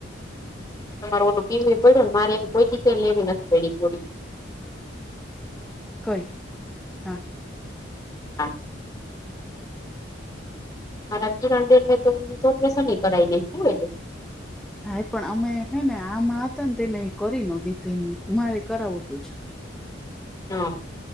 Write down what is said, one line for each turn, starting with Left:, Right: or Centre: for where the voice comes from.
Left: તમારો ઓ પીમ પડ્યોને મારે એ કોઈ દી લેવી નથી પડી ગોળી.
Centre: કઈ. હા
Left: હા. મારા કિરણ બેન તો એ ઓપરેશન કરી નલે.
Centre: હા એ પણ અમે હે ને આમાં હતા ને તમે કરી ન દીધું હરે કરાવતું જ
Left: હા.